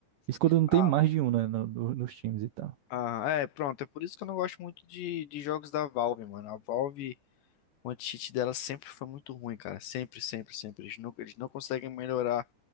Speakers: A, on the right; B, on the left.
A: Isso quando não
B: Ah,
A: tem mais de um, né, no- no- nos times e tal.
B: Ah, é, pronto. É por isso que eu não gosto muito de, de jogos da Valve, mano. A Valve, o anti-cheat dela sempre foi muito ruim, cara. Sempre, sempre, sempre. Eles não, eles não conseguem melhorar